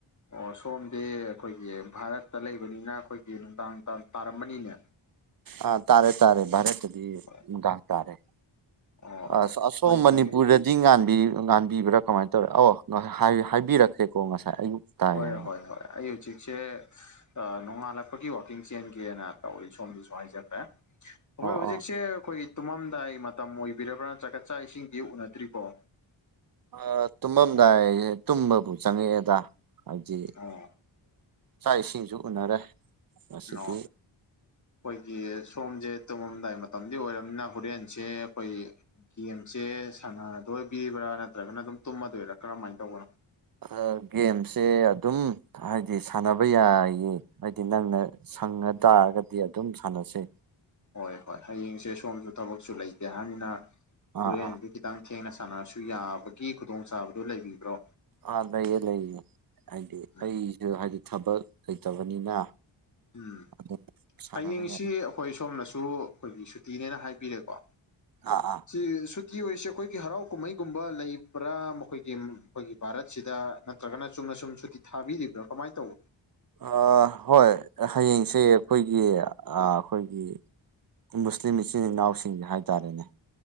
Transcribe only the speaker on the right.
ꯑ ꯇꯥꯔꯦ ꯇꯥꯔꯦ ꯇꯥꯔꯦ
ꯅꯨꯡꯗꯥꯡ ꯇꯥꯔꯦ
ꯑ
ꯑꯁꯣꯝ ꯃꯅꯤꯄꯨꯔ ꯆꯤꯡ ꯉꯥꯟꯕꯤꯕ꯭ꯔꯥ ꯀꯃꯥꯏꯅ ꯇꯧꯋꯦ ꯑꯧ ꯍꯥꯏꯕꯤꯔꯛꯈ꯭ꯔꯦꯀꯣ ꯉꯁꯥꯏ ꯑꯌꯨꯛ ꯇꯥꯏ
ꯍꯥꯏꯅ
ꯑꯣ
ꯑꯣ
ꯑ ꯇꯨꯝꯃꯝꯗꯥꯏ ꯑꯌꯦ ꯇꯨꯝꯕꯕꯨ ꯆꯪꯉꯛꯑꯦꯗ ꯍꯥꯏꯗꯤ
ꯆꯥꯛ ꯏꯁꯤꯡꯁꯨ ꯎꯅꯔꯦ ꯉꯁꯤꯗꯤ
ꯑ ꯒꯦꯝꯁꯦ ꯑꯗꯨꯝ ꯍꯥꯏꯗꯤ ꯁꯥꯟꯅꯕ ꯌꯥꯏꯌꯦ ꯍꯥꯏꯗꯤ ꯅꯪꯅ ꯁꯪꯉ ꯇꯥꯔꯒꯗꯤ ꯑꯗꯨꯝ ꯁꯥꯟꯅꯁꯦ
ꯑꯥ
ꯑꯥ
ꯑ ꯂꯩꯌꯦ ꯂꯩꯌꯦ ꯍꯥꯏꯗꯤ
ꯑꯩꯁꯨ ꯍꯥꯏꯗꯤ ꯊꯕꯛ ꯂꯩꯇꯕꯅꯤꯅ
ꯑꯗꯨꯝ ꯁꯥꯟꯅꯕ
ꯌꯥꯏ
ꯑꯥ ꯑꯥ
ꯑ ꯍꯣꯏ ꯍꯌꯦꯡꯁꯦ ꯑꯩꯈꯣꯏꯒꯤ ꯑ ꯑꯩꯈꯣꯏꯒꯤ ꯃꯨꯁꯂꯤꯝ ꯏꯆꯤꯟ ꯏꯅꯥꯎꯁꯤꯡꯒꯤ ꯍꯥꯏꯇꯥꯔꯦꯅꯦ